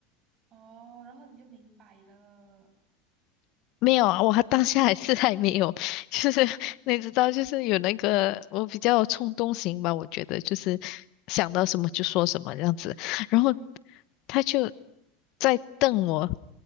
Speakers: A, on the right (about 40°); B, on the left (about 60°).
A: 哦，然后你就明白了。
B: 没有啊，我还当下还是还没有，<laughs> 就是你知道，就是有那个我比较冲动型吧，我觉得就是想到什么就说什么这样子。然后他就再瞪我